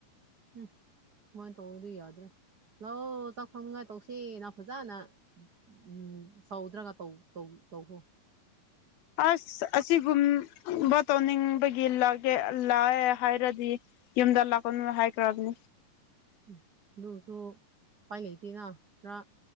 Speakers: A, on the right; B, on the left.
A: ꯎꯝ ꯃꯣꯏꯅ ꯇꯧꯗꯤ ꯌꯥꯗ꯭ꯔꯦ ꯂꯥꯛꯑꯣ ꯆꯥꯛ ꯊꯣꯅꯤꯡꯉꯥꯏ ꯇꯧꯁꯤ ꯅ ꯐꯖꯅ ꯎꯝ ꯁꯥꯎꯗ꯭ꯔꯒ ꯇꯧ ꯇꯧꯈꯣ
B: ꯑꯁ ꯑꯁꯤꯒꯨꯝ ꯇꯧꯅꯤꯡꯕꯒꯤ ꯂꯥꯛꯀꯦ ꯂꯥꯛꯑꯦ ꯍꯥꯏꯔꯗꯤ ꯌꯨꯝꯗ ꯂꯥꯛꯀꯅꯣ ꯍꯥꯏꯈ꯭ꯔꯕꯣ
A: ꯎ ꯑꯗꯨꯒꯁꯨ ꯎꯄꯥꯏ ꯂꯩꯇꯦꯅ ꯄꯨꯔ